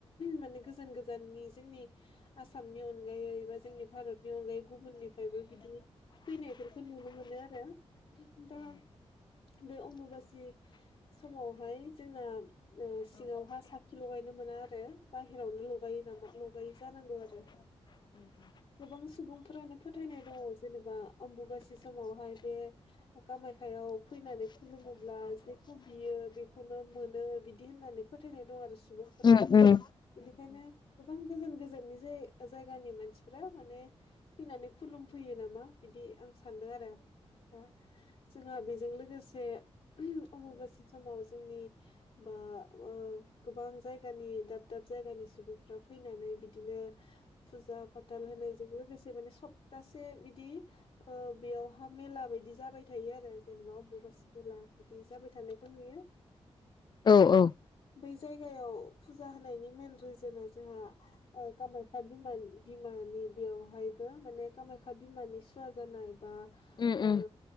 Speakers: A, on the left; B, on the left.
A: माने गोजान गोजाननि जोंनि आसामनि अनगायै बा जोंनि भारतनि अनगायै गुबुननिफ्रायबो बिदि फैनायफोरखौ नुनो मोनो आरो दा बे अम्बुबासि समावहाय जोंना सिङावहााय साखि लगाय नो मोना आरो बायेरावनो लगायो नामा लगायो जानांगौ आरो गोबां सम सुबुंफोरानो फोथायनाय दङ जेनेबा अम्बुबासि समावहाय बे कामाख्याव फै होननानै खुलुमोब्ला जेखौ बियो बेखौनो मोनो बिदि होननानै फोथायनाय दं आरो सुबुं
B: उम उम
A: बेनिखायनो गोबां गोजान गोजाननि जाय जायगानि मानसिफ्रा माने फैनानै खुलुम फैयो नामा बिदि आं सानदों आरो दा जोंहा बेजों लोगोसे अमबुबासि समाव जोंनि बा ओ गोबां जायगानि दाब दाब जायगानि सुबुंफ्रा फैनानै बिदिनो फुजा फाथाल होनायजों लोगोसे माने सप्तासे बिदि ओ बेयावहा मेला बायदि जाबाय थायो आरो जेनेबा अमबुबासि मेला बिदि जाबाय थानाय खौ नुयो
B: औ औ
A: बै जायगायाव फुजा होनायनि मेन रिजोना जोंहा कामाख्या बिमान बिमानि बेयावहायबो माने कामाख्या बिमानि सुवा जानाय बा
B: उम
A: ओ
B: उम